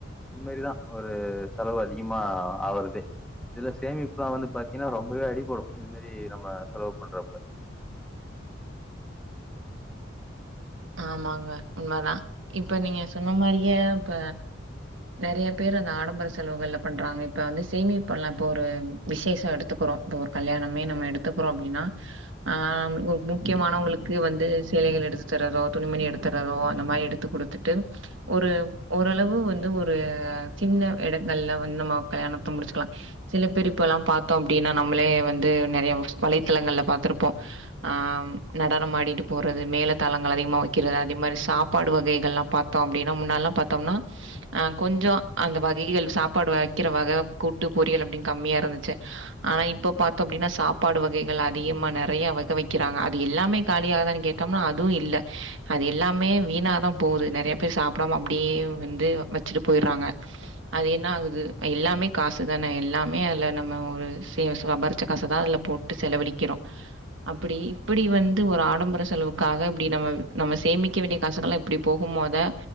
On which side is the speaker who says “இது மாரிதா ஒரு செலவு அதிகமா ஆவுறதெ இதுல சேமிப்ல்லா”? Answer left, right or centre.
Centre